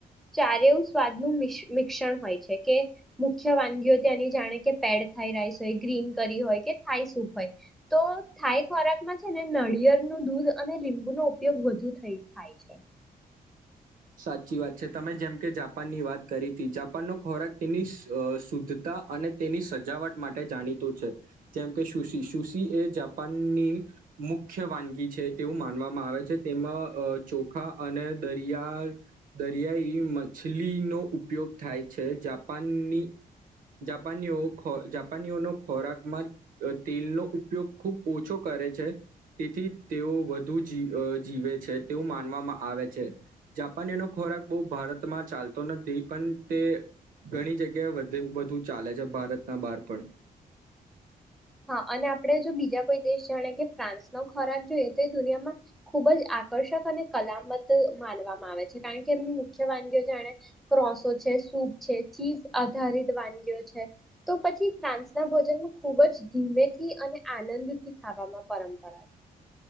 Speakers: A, in the centre; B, on the right.
A: ચારેય સ્વાદ નું મિસ મિક્સન હોય છે કે મુખ્ય વાનગીઓ ત્યાંની જાણે કે પેડ થાય રહી. ગ્રીન કરી હોય કે થાય સૂપ હોય તો થાઈ ખોરાકમાં છે ને નળિયળનું દૂધ અને લીંબુનો ઉપયોગ વધુ થઈ થાય છે.
B: સાચી વાત છે તમે જેમ કે જાપાનની વાત કરી તી જાપાનનો ખોરાક તેની શુદ્ધતા અને તેની સજાવટ માટે જાણીતો છે જેમકે સુશી સુશી એ જાપાનની મુખ્ય વાનગી છે તેવું માનવામાં આવે છે તેમાં અ ચોખા અને દરિયા આ દરિયાઈ મછલીનો ઉપયોગ થાય છે જાપાનની જાપાનીઓ ખો જાપાનીઓનો ખોરાકમાં તેલનો ઉપયોગ ખૂબ ઓછો કરે છે તેથી તેઓ વધુ જ જીવે છે તેવું માનવામાં આવે છે. જાપાનીનો ખોરાક બઉ ભારતમાં ચાલતો નથી પણ તે ઘણી જગ્યાએ વધુ વધુ ચાલે છે ભારતના બહાર પણ.
A: હા અને આપણે જો બીજા કોઈ દેશ જાણે કે ફ્રાન્સ નો ખોરાક જોઈએ તો એ દુનિયામાં ખુબ જ આકર્ષક અને કલામત માનવામાં આવે છે કારણ કે એમની મુખ્ય વાનગીઓ જાણે ક્રોસો છે સૂપ છે ચીઝ આધારિત વાનગીઓ છે તો પછી ફ્રાન્સ ના ભોજન નું ખુબ જ ધીમેથી અને આનંદથી ખાવામાં પરંપરા છે.